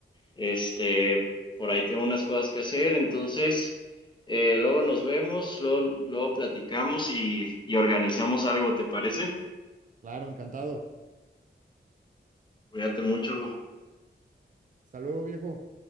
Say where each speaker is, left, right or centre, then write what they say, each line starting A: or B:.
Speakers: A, on the left (about 20°); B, on the right (about 40°).
A: Este, por ahí tengo unas cosas que hacer. Entonces, eh, luego nos vemos, luego, luego platicamos y, y organizamos algo, ¿te parece?
B: Claro, encantado.
A: Cuídate mucho.
B: Hasta luego, viejo.